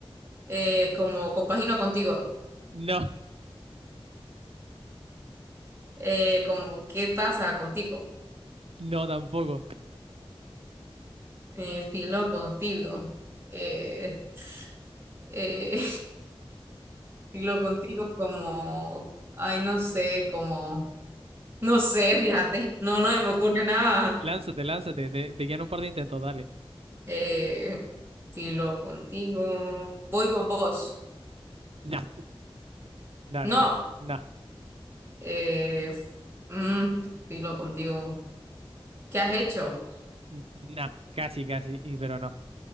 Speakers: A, on the right; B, on the right.
A: eh, como compagino contigo,
B: No,
A: eh, como qué pasa contigo.
B: no tampoco.
A: eh, filo contigo. Eh, eh, <laughs> filo contigo como, ay, no sé, como, no sé, fíjate, no, no se me ocurre nada.
B: Lánzate, lánzate, te, te quedan un par de intentos, dale.
A: Eh, filo contigo, voy con vos.
B: No, no,
A: No,
B: no, no, no,
A: eh, mm, filo contigo. ¿Qué has hecho?
B: no, casi, casi, y- pero no.